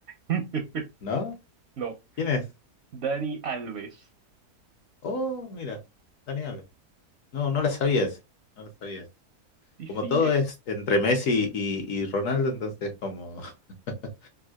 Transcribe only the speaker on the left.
¿no?
¿Quién es?
Oh, mira, Dani Alves. No, no la sabías, no la sabías.
Como
todo
es entre Messi y, y Ronaldo, entonces como <laughs>